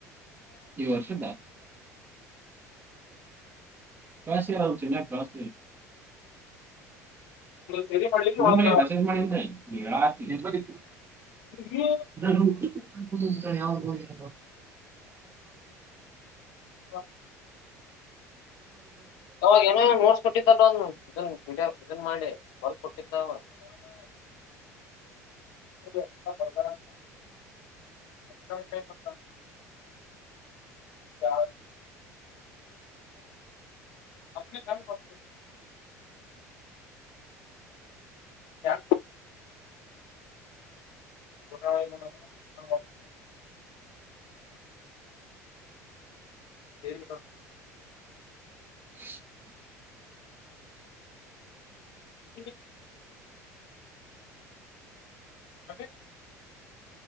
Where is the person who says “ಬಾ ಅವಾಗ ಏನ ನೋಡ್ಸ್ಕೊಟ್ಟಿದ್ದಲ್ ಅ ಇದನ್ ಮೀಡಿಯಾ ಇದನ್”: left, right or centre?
Left